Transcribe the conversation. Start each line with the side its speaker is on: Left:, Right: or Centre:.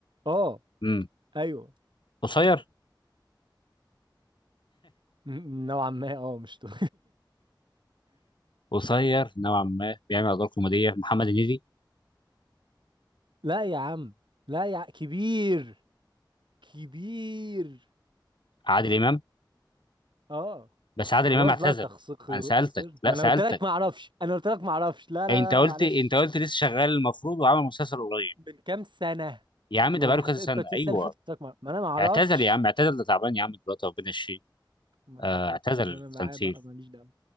Right: أه
Left: امم
Right: أيوه
Left: قصير
Right: م- نوعا ما أه مش تو-
Left: قصير نوعا ما بيعمل ادوار كوميديه محمد هنيدي
Right: <laughs> لا يا عم لا يا ع- كبير كبير
Left: عادل امام
Right: أه
Left: بس
Right: بس
Left: عادل
Right: خلاص
Left: امام اعتزل
Right: بقى أنت خسرت
Left: انا سالتك
Right: خسرت
Left: لا
Right: ما
Left: سالتك
Right: أنا قلت لك ما أعرفش أنا قلت لك ما أعرفش لا لا
Left: أي انت قلت
Right: لا معلش
Left: انت قلت لسه شغال المفروض وعمل مسلسل قريب
Right: من كام سنة
Left: يا عم
Right: والمحد
Left: ده بقاله كذا سنه
Right: انت قلت لي
Left: ايوه
Right: السنه اللي فاتت قلت لك ما ما انا ما اعرفش
Left: اعتزل يا عم اعتزل ده تعبان يا عم دلوقتي ربنا يشفيه
Right: ما-
Left: آه،
Right: ما-
Left: اعتزل
Right: ربنا
Left: التمثيل
Right: معاه بقى ماليش دعوه